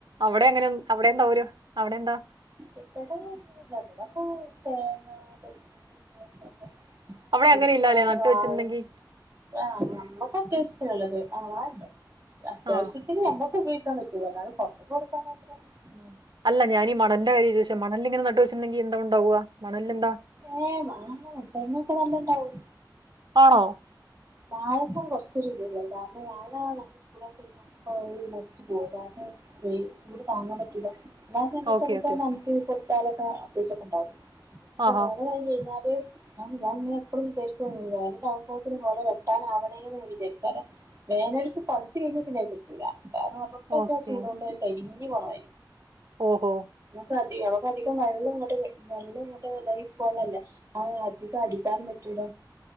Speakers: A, on the right (about 80°); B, on the right (about 35°).
A: അവടെ അങ്ങനെയൊന്ന് അവടെ എന്താ ഊരാ അവ്ടെ എന്താ
B: ഇബടെ അങ്ങനെ ഒന്നും അല്ല ഇബടെ ഇപ്പൊ തേങ്ങ <unintelligible>
A: അവിടെ
B: പിന്നെ
A: അങ്ങനെ ഇല്ലാല്ലേ നട്ട്
B: വാഴ
A: വെച്ചിട്ടുണ്ടെങ്കി?
B: ആഹ് ഞമ്മക്ക് അത്യാവശ്യത്തിനുള്ളത് അങ്ങനെ ഇണ്ട് അത്യാവശ്യ
A: ആഹ്.
B: ത്തിന് നമ്മക്ക് ഉപയോഗിക്കാൻ പറ്റിയത് അല്ലാതെ പൊർത്ത്ക്ക് കൊടുക്കാൻ മാത്രം ഒന്നും ഇല്ല
A: അല്ല ഞാനീ ഈ മണലിന്റെ കാര്യവാ ചോയ്ച്ചെ മണൽലിങ്ങനെ നട്ട് വെച്ചിട്ട്ണ്ടെങ്കിൽ എന്താ ഉണ്ടാവാ മണൽലെന്താ
B: ഏഹ് മണലൊക്കെണ്ട് തെങ്ങൊക്കെ നല്ലം ഇണ്ടാവും
A: ആണോ
B: വാഴക്കാണ് കൊർച്ചൊരു ഇത്ല്ലെഹ് കാരണം വാഴ ഭയങ്കര ചൂടായി കഴിഞ്ഞാൽ ഏഹ് വേം നശിച്ചു പോവും കാരണം ഈ ചൂട് താങ്ങാൻ പറ്റൂല എല്ലാ സമയത്ത്
A: ഓക്കെ
B: നമുക്ക്
A: ഓക്കെ.
B: അത്‌ നനച്ചു കൊടുത്താലൊക്കെ അത്യാവശ്യക്കെ ഉണ്ടാകും പക്ഷെ
A: ആഹാ.
B: വേനലായി കഴിഞ്ഞാല് ഞാൻ ഇങ്ങനെ എപ്പളും വിചാരിക്കും വേനലാവുംമ്പോത്തിന് കൊല വെ ട്ടാനാവണെ വിചാരിക്കും കാരണം വേനൽക്ക് കൊലച്ച് കഴിഞ്ഞ കിട്ടൂല്ല കാരണം പുറത്തൊക്കാ
A: ഓക്കെ.
B: ചൂടോണ്ടത് കരിഞ്ഞി പോണമാതിരി
A: ഓഹൊ.
B: നമുക്ക് അധി നമൻക്ക് അധികം വെള്ളം ങ്ങട്ട് വെള്ളം ങ്ങട്ട് പൈപ്പ് വെള്ളല്ലേ. അത് അധികം അടിക്കാനുംപറ്റൂല.